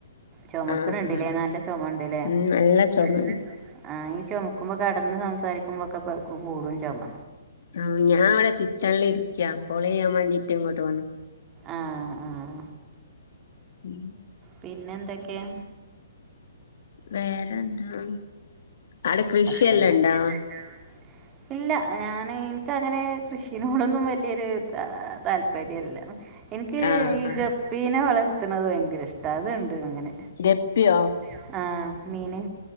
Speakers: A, on the right (about 25°); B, on the left (about 55°).
A: ചൊമക്ക്ണ്
B: ആഹ്
A: ണ്ടില്ലേ
B: ആഹ്
A: നല്ല ചൊമ ഇണ്ടില്ലേ നല്ല
B: ഉം ചൊമണ്ട്
A: ചൊമ ആ ഈ ചൊമക്കുമ്പോ കെടന്ന് സംസാരിക്കുമ്പോക്കെ പ കൂടുംചൊമ
B: ആ ഞാൻ ഇവിടെ കിച്ചണിലിരിക്ക കോളെയ്യാൻ വേണ്ടിട്ട് ഇങ്ങോട്ട് വന്നേ
A: ആഹ ആഹ
B: ഉം
A: പിന്നന്തൊക്കെയാ
B: വേറെന്താ അവിടെ കൃഷിയെല്ലാം
A: ഹസ്ബൻഡ് കൃഷി
B: ഇണ്ടാ
A: വതും ഇണ്ടോ ഇല്ല ഞാനെനിക്കങ്ങനേ കൃഷിനോടൊന്നും വല്ല ല്ലരു താ താല്പര്യല്ല ഉം എനിക്ക്
B: ആഹ്
A: ഈ
B: ആഹ്
A: ഗ പ്പീനെ വളർത്തണത് ഭയങ്കര ഇഷ്ട അത്ണ്ട് അങ്ങനെ
B: ഗപ്പിയോ
A: ഗപ്പിയോ ആ മീന്